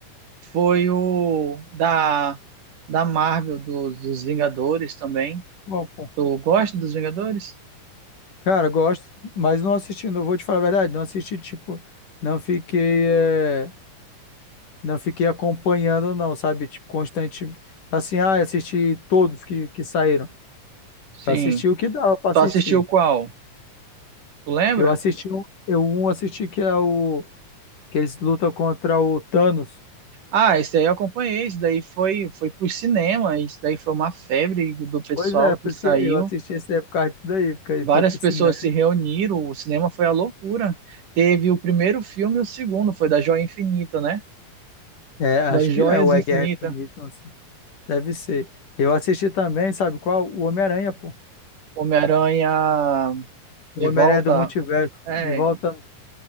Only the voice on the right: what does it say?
foi o da, da Marvel, dos dos Vingadores também.
Tu gosta dos Vingadores?
Sim.
Tu assistiu qual? Tu lembra?
Ah, esse daí eu acompanhei, isso daí foi, foi pro cinema, isso daí foi uma febre do pessoal
que saiu.
Várias
pessoas
se reuniram, o cinema foi a loucura. Teve o primeiro filme e o segundo, foi da Joia Infinita, né?
Das Joias
Infinita,
Homem-Aranha de
volta,
é,